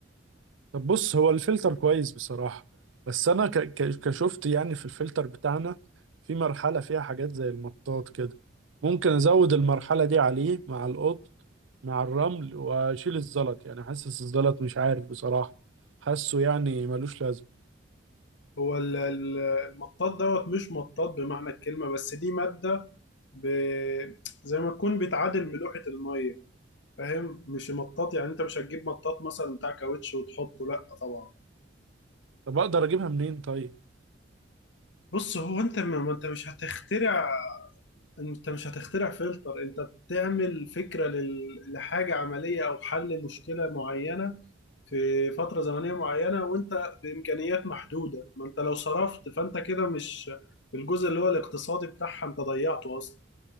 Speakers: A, on the right (about 85°); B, on the left (about 65°).
A: طب بص هو الفلتر كويس بصراحة بس أنا ك... ك... كشفت يعني في الفلتر بتاعنا في مرحلة فيها حاجات زي المطاط كده ممكن أزود المرحلة دي عليه مع القط مع الرمل وأشيل الزلط يعني حاسس الزلط مش عارف بصراحة حاسه يعني ملوش لازمة
B: هو ال- ال- المطاط دوت مش مطاط بمعنى الكلمة بس دي مادة ب... زي ما تكون بتعادل ملوحة المية فاهم مش مطاط يعني انت مش هتجيب مطاط مثلا بتاع كاوتش وتحطه لا طبعا
A: طب أقدر أجيبها منين طيب
B: بص هو انت ما ما انت مش هتخترع انت مش هتخترع فلتر انت بتعمل فكرة لل... لحاجة عملية او حل مشكلة معينة في فترة زمنية معينة وانت بامكانيات محدودة ما انت لو صرفت فانت كده مش الجزء اللي هو الاقتصادي بتاعها انت ضيعته اصلا